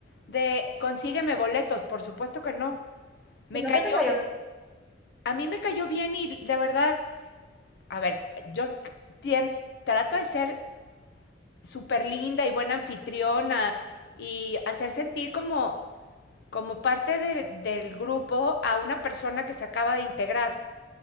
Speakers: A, on the left; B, in the centre.
A: de consígueme boletos, por supuesto que no. Me
B: Sino
A: cayó,
B: que te cayó.
A: a mí me cayó bien y de verdad, a ver, yo tien- trato de ser súper linda y buena anfitriona y hacer sentir como como parte de- del grupo a una persona que se acaba de integrar.